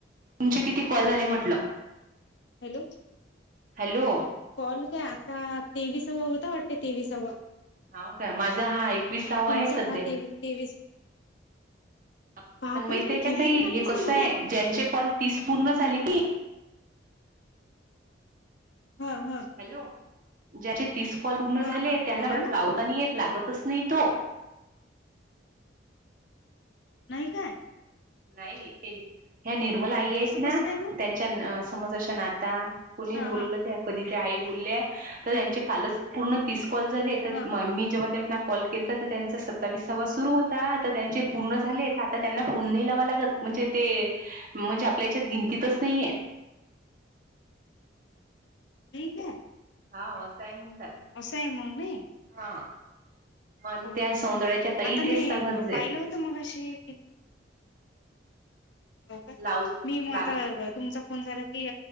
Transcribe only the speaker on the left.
हॅलो
कॉल काय आता तेवीसावा होता वाटते तेवीसावा
तुमचा
हा तेवीस तेवीस
बापरे
तुम्ही
केले
की कालपासून
एवढे?
हा हा
हा हा
बोला
ना
नाही काय?
असं
कसं काय मग
हा
हा
हम्म
हा
नाही काय?
असं आहे मग नाही
हो
का मग
आता
मी
अ,
पाहिलं होतं मग अशी की, हो का
मी मग आता
तुमच फोन झाला की